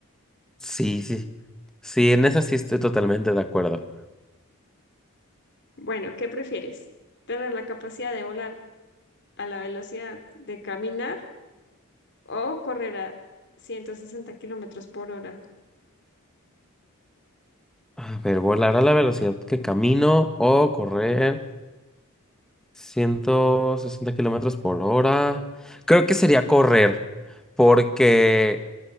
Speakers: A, in the centre; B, on the left (about 50°).
A: Sí, sí. Sí, en eso sí estoy totalmente de acuerdo.
B: Bueno, ¿qué prefieres? ¿Tener la capacidad de volar a la velocidad de caminar o correr a 160 kilómetros por hora?
A: A ver, volar a la velocidad que camino o correr. 160 kilómetros por hora. Creo que sería correr, porque